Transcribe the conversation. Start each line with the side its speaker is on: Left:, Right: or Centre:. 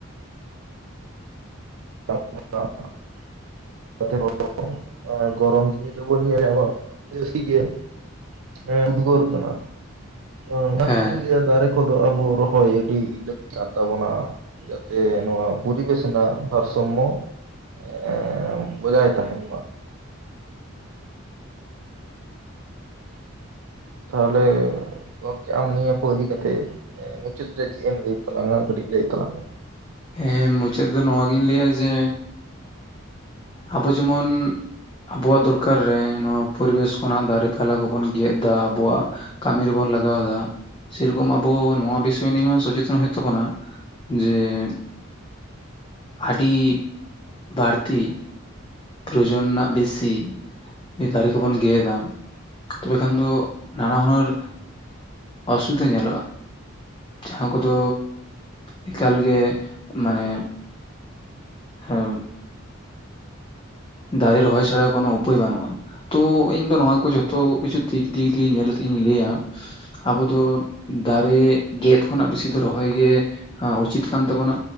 Right: <inaudible> ᱟᱨ ᱜᱚᱨᱚᱢ ᱫᱤᱱ ᱨᱮᱵᱚᱱ ᱧᱮᱞᱟ ᱟᱵᱚᱣᱟᱜ ᱤᱥᱤ ᱜᱮ ᱦᱮᱸ ᱩᱫᱜᱟᱹᱨ ᱠᱟᱱᱟ ᱚᱱᱟ
Left: ᱦᱮᱸ
Right: ᱠᱷᱟᱹᱛᱤᱨᱤᱧ ᱞᱟᱹᱭᱟ ᱫᱟᱨᱮ ᱠᱚ ᱟᱵᱚ ᱨᱚᱦᱚᱭ ᱟᱹᱰᱤ ᱞᱟᱹᱠᱛᱤ ᱠᱟᱱ ᱛᱟᱵᱚᱱᱟ ᱡᱟᱛᱮ ᱱᱚᱣᱟ ᱯᱚᱨᱤᱵᱮᱥ ᱨᱮᱱᱟᱜ ᱵᱷᱟᱨᱥᱚᱢᱢᱚ ᱮ ᱵᱚᱡᱟᱭ ᱛᱟᱦᱮᱱ <inaudible> ᱛᱟᱦᱚᱞᱮ ᱜᱚᱝᱠᱮ ᱟᱢ ᱱᱤᱭᱟᱹ ᱠᱚ ᱤᱫᱤ ᱠᱟᱛᱮᱜ ᱢᱩᱪᱟᱹᱫ ᱨᱮ ᱪᱮᱫ ᱮᱢ ᱞᱟᱹᱭ ᱛᱟᱞᱟᱝᱟ ᱠᱟᱹᱴᱤᱡ ᱞᱟᱹᱭ ᱛᱟᱞᱟᱝ ᱢᱮ?
Left: ᱦᱮᱸ ᱢᱩᱪᱟᱹᱫ ᱨᱮᱫᱚ ᱱᱚᱣᱟᱜᱤᱧ ᱞᱟᱹᱭᱟ ᱡᱮ ᱟᱵᱚ ᱡᱮᱢᱚᱱ ᱟᱵᱚᱣᱟᱜ ᱫᱚᱨᱠᱟᱨ ᱨᱮ ᱱᱚᱣᱟ ᱯᱚᱨᱤᱵᱮᱥ ᱠᱷᱚᱱᱟᱜ ᱫᱟᱨᱮ ᱯᱟᱞᱟ ᱠᱚᱵᱚᱱ ᱜᱮᱫ ᱫᱟ ᱟᱵᱚᱣᱟᱜ ᱠᱟᱹᱢᱤ ᱨᱮᱵᱚᱱ ᱞᱟᱜᱟᱣᱫᱟ ᱥᱮᱨᱚᱠᱚᱢ ᱟᱵᱚ ᱱᱚᱣᱟ ᱵᱤᱥᱚᱭ ᱱᱤᱭᱮ ᱥᱚᱪᱮᱛᱚᱱ ᱦᱩᱭᱩᱜ ᱛᱟᱵᱚᱱᱟ ᱡᱮ ᱟᱹᱰᱤ ᱵᱟᱹᱲᱛᱤ ᱯᱨᱚᱭᱳᱡᱚᱱ ᱨᱮᱱᱟᱜ ᱵᱮᱥᱤ ᱫᱟᱨᱮ ᱠᱚᱵᱚᱱ ᱜᱮᱫᱟ᱾ ᱛᱚᱵᱮ ᱠᱷᱟᱱ ᱫᱚ ᱱᱟᱱᱟ ᱦᱩᱱᱟᱹᱨ ᱚᱥᱩᱵᱤᱫᱟ ᱧᱮᱞᱚᱜᱼᱟ᱾ ᱡᱟᱦᱟᱸ ᱠᱚᱫᱚ ᱮᱠᱟᱞ ᱜᱮ ᱢᱟᱱᱮ ᱦᱮᱵ᱾ ᱫᱟᱨᱮ ᱨᱚᱦᱚᱭ ᱪᱷᱟᱲᱟ ᱠᱚᱱᱳ ᱩᱯᱟᱹᱭ ᱵᱟᱹᱱᱩᱜᱼᱟ᱾ ᱛᱚ ᱤᱧᱫᱚ ᱱᱚᱣᱟ ᱠᱚ ᱡᱷᱚᱛᱚ ᱠᱤᱪᱷᱩ ᱫᱤᱠ ᱫᱤᱠ ᱫᱤᱭᱮ ᱧᱮᱞ ᱠᱟᱛᱮᱜ ᱤᱧ ᱞᱟᱹᱭᱟ᱾ ᱟᱵᱚ ᱫᱚ ᱫᱟᱨᱮ ᱜᱮᱫ ᱠᱷᱚᱱᱟᱜ ᱵᱮᱥᱤ ᱫᱚ ᱨᱚᱦᱚᱭ ᱜᱮ ᱩᱪᱤᱛ ᱠᱟᱱ ᱛᱟᱵᱚᱱᱟ᱾